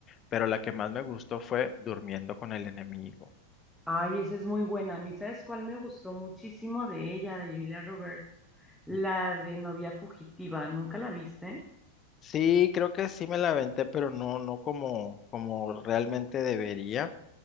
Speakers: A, on the left; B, in the centre.
A: pero la que más me gustó fue Durmiendo con el Enemigo.
B: Ay, esa es muy buena. A mí, ¿sabes cuál me gustó muchísimo de ella, de Julia Roberts? La
A: Mm.
B: de novia fugitiva. ¿Nunca la viste?
A: Sí, creo que sí me la aventé, pero no, no como, como realmente debería.